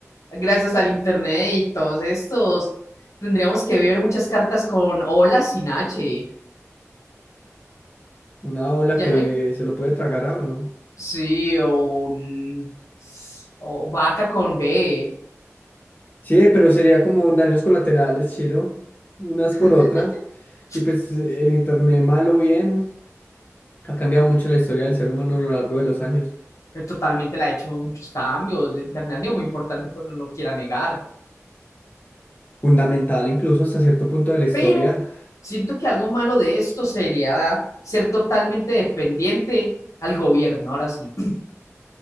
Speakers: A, on the left; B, on the left.
A: gracias al internet y todos estos, tendríamos que ver muchas cartas con hola sin H.
B: Una ola
A: Ya
B: que
A: no hay... que-
B: se lo puede tragar a uno.
A: Sí, o un- o vaca con B.
B: Sí, pero sería como daños colaterales, Chiro, unas
A: <laughs>
B: por otras. Y pues eh, el internet, malo o bien, ha cambiado mucho la historia del ser humano a lo largo de los años.
A: Totalmente le ha hecho muchos cambios. El internet ha sido muy importante cuando no lo quiera negar.
B: fundamental incluso hasta cierto punto de la historia.
A: pero siento que algo malo de esto sería ser totalmente dependiente al gobierno, ahora sí.